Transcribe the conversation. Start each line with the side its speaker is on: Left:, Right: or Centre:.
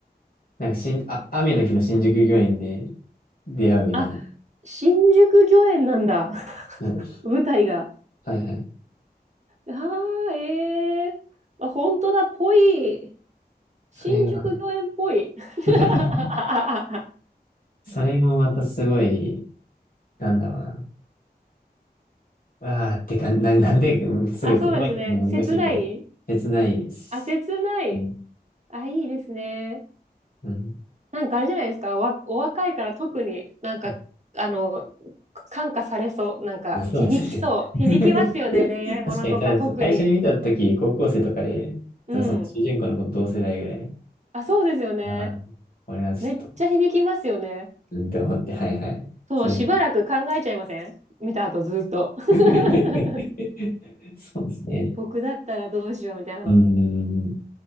Left: なんかしん、あ、雨の日の新宿御苑で出会うみたいな。
Right: あ、新宿御苑なんだ。<laughs>
Left: そう
Right: 舞台が。
Left: はいはい。
Right: ああ、ええー。あ、本当だ、ぽい。新宿御苑っぽい。
Left: それが <laughs>
Right: <laughs> あ、
Left: それもまたすごい、なんだろうな。ああ、ってか、な、なんで、うんすごい言葉にするのが難しいけど、
Right: そうなんですね。切ない。
Left: 切ないし、
Right: あ、切ない。
Left: ね、
Right: あ、いいですね。
Left: うん。
Right: なんかあれじゃないですか、わ、お若いから特になんか、
Left: あ、
Right: あの、感化されそう、なんか響きそう、
Left: まあそうですね。<laughs>
Right: 響きますよね、恋愛ものとか特に。
Left: 確かに、ただ最初に見たとき、高校生とかで、
Right: うん。
Left: そその主人公の子と同世代ぐらい、
Right: あ、そうですよね。
Left: ああ、これはちょっと、
Right: めっちゃ響きますよね。
Left: うんって思って、はいはい。
Right: そう、
Left: それ、
Right: しばらく考えちゃいません見た後ずっと。<laughs>
Left: <laughs> そうですね。
Right: 僕だったらどうしようみたいなの。
Left: うん。